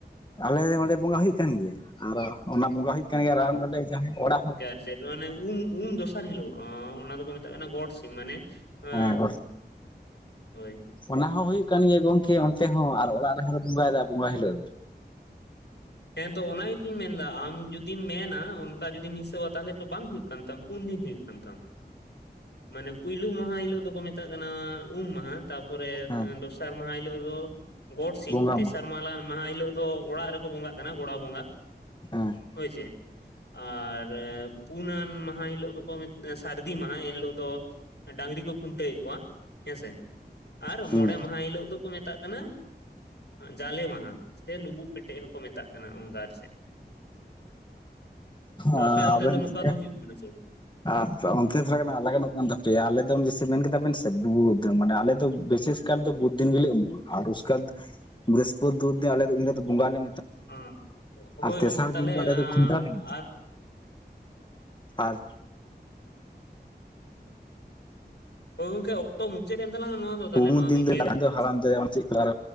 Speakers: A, on the left; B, on the left.
A: ᱟᱞᱮ ᱚᱸᱰᱮ ᱵᱚᱸᱜᱟ ᱦᱩᱭᱩᱜ ᱠᱟᱱ ᱜᱮᱭᱟ ᱟᱨᱚ ᱚᱱᱟ ᱵᱚᱸᱜᱟ ᱦᱩᱭᱩᱜ ᱠᱟᱱ ᱜᱮᱭᱟ ᱨᱟᱱᱰᱮ ᱡᱟᱦᱟᱸᱭ ᱚᱲᱟᱜ ᱦᱚᱲᱼᱼ
B: ᱢᱮ ᱩᱢ ᱩᱢ ᱫᱚᱥᱟᱨ ᱦᱤᱞᱳᱜ ᱚᱱᱟ ᱫᱚᱠᱚ ᱢᱮᱛᱟᱜ ᱠᱟᱱᱟ ᱜᱚᱴ ᱥᱤᱢ ᱢᱟᱱᱮ ᱮᱸ
A: ᱦᱮᱸ
B: ᱦᱳᱭ
A: ᱚᱱᱟ ᱦᱚᱸ ᱦᱩᱭᱩᱜ ᱠᱟᱱ ᱜᱮᱭᱟ ᱜᱚᱢᱠᱮ ᱚᱱᱛᱮ ᱦᱚᱸ ᱟᱨ ᱚᱲᱟᱜ ᱨᱮᱦᱚᱸᱞᱮ ᱵᱚᱸᱜᱟᱭᱟ ᱵᱚᱸᱜᱟ ᱦᱤᱞᱳᱜ ᱫᱚ
B: ᱦᱮᱸ ᱛᱚ ᱚᱱᱟ ᱜᱮᱛᱚᱧ ᱢᱮᱱᱫᱟ ᱟᱢ ᱡᱩᱫᱤᱢ ᱢᱮᱱᱟ ᱚᱱᱠᱟ ᱡᱩᱫᱤᱢ ᱦᱤᱥᱟᱹᱣᱟ ᱛᱟᱦᱚᱞᱮ ᱛᱚ ᱵᱟᱝ ᱦᱩᱭᱩᱜ ᱛᱟᱢ ᱯᱩᱱ ᱫᱤᱱ ᱦ ᱠᱟᱱᱛᱟᱢ ᱢᱟᱱᱮ ᱯᱳᱭᱞᱳ ᱢᱟᱦᱟ ᱦᱤᱞᱳᱜ ᱫᱚᱠᱚ ᱢᱮᱛᱟᱜ ᱠᱟᱱᱟ ᱩᱢ ᱢᱟᱦᱟ ᱛᱟᱯᱚᱨᱮ
A: ᱦᱮᱸ
B: ᱫᱚᱥᱟᱨᱼᱼ ᱛᱮᱥᱟᱨ ᱢᱟᱦᱟ ᱦᱤᱞᱳᱜ ᱫᱚ ᱜᱚᱴ ᱥᱤᱢ
A: ᱵᱚᱸᱜᱟ
B: ᱛᱮᱥᱟᱨ
A: ᱢᱟ
B: ᱢᱟᱦ ᱢᱟᱦᱟ ᱦᱤᱞᱳᱜ ᱫᱚ ᱚᱲᱟᱜ ᱨᱮᱠᱚ ᱵᱚᱸᱜᱟᱜ ᱠᱟᱱᱟ ᱛ ᱜᱚᱲᱟ ᱵᱚᱝᱜᱟ
A: ᱦᱸ
B: ᱦᱳᱭ ᱥᱮ ᱟᱨ ᱯᱩᱱᱟᱱ ᱢᱟᱦᱟ ᱦᱤᱞᱳᱜ ᱫᱚᱠᱚ ᱢᱮᱼᱟ ᱥᱟᱹᱨᱫᱤ ᱢᱟᱦᱟ ᱮᱱ ᱦᱤᱞᱳᱜ ᱫᱚ ᱰᱟᱝᱨᱤ ᱠᱚ ᱠᱷᱩᱱᱴᱟᱹᱣᱮᱫ ᱠᱚᱣᱟ ᱦᱮᱸᱥᱮ ᱟᱨ
A: ᱦᱩᱸ
B: ᱢᱚᱬᱮ ᱢᱟᱦᱟ ᱦᱤᱞᱳᱜ ᱫᱚᱼᱼ ᱠᱚ ᱢᱮᱛᱟᱜ ᱠᱟᱱᱟ ᱡᱟᱞᱮ ᱢᱟᱦᱟ ᱥᱮ ᱞᱩᱵᱩᱜ ᱯᱮᱴᱮᱡ ᱦᱚᱸᱠᱚ ᱢᱮᱛᱟᱜ ᱠᱟᱱᱟ ᱚᱱᱜᱟᱨ ᱥᱮᱫ ᱛᱚ
A: ᱟ-
B: ᱟᱯᱮ ᱚᱱᱛᱮ
A: ᱟᱵᱮᱱ
B: ᱫᱚ ᱱᱚᱝᱠᱟ
A: ᱥᱮ
B: ᱫᱚ ᱦᱩᱭᱩᱜ ᱠᱟᱱᱟ ᱥᱮ
A: ᱟᱨ ᱚᱱᱛᱮ ᱛᱷᱚᱲᱟᱟᱱ ᱞᱟᱜ ᱜᱟᱱᱚᱜ ᱠᱟᱱ ᱛᱟᱯᱮᱭᱟ ᱟᱞᱮ ᱫᱚ ᱡᱥᱮ ᱢᱮᱱ ᱠᱮᱫᱟ ᱵᱮᱱ ᱥᱮ ᱵᱩᱫ ᱢᱟᱱᱮ ᱟᱞᱮ ᱫᱚ ᱵᱮᱥᱼᱼ ᱮᱥᱠᱟᱨ ᱫᱚ ᱵᱩᱫᱤᱱ ᱜᱮᱞᱮ ᱮᱢᱚᱜᱼᱟ ᱟᱨ ᱩᱥᱠᱟᱨ ᱵᱨᱤᱦᱚᱥᱯᱚᱛ <unintelligible> ᱫ ᱟᱞᱮ ᱫᱚ ᱵᱚᱸᱜᱟ ᱞᱮᱼᱼ
B: ᱵᱟᱝ ᱦᱳᱭ
A: ᱟᱨ ᱛᱮᱥᱟᱨ
B: ᱜᱚᱝᱠᱮ ᱛᱟᱦᱚᱞᱮ
A: ᱫᱤᱱ ᱫᱚ ᱚᱸᱰᱮ ᱫᱚ ᱠᱷᱩᱱᱴᱟᱹᱣ ᱞᱮ ᱢᱮᱛᱟᱜᱼᱟ
B: ᱟᱨ
A: ᱟᱨ
B: ᱦᱳᱭ ᱜᱚᱝᱠᱮ ᱚᱠᱛᱚ ᱢᱩᱪᱟᱹᱫ ᱮᱱ ᱛᱟᱞᱟᱝᱟ ᱱᱚᱣᱟ ᱫᱚ ᱛᱟᱦᱞᱮ
A: ᱯᱩᱱ
B: ᱱᱚᱣᱟ
A: ᱫᱤᱱ
B: ᱫᱚᱧ
A: ᱫᱚ
B: ᱜᱮᱫᱮᱫ
A: ᱦᱟᱲᱟᱢ
B: ᱛᱟᱞᱟᱝ
A: ᱫᱚ ᱦᱟᱲᱟᱢ ᱫᱟᱭᱟ ᱪᱮᱫ ᱠᱚ ᱟᱨ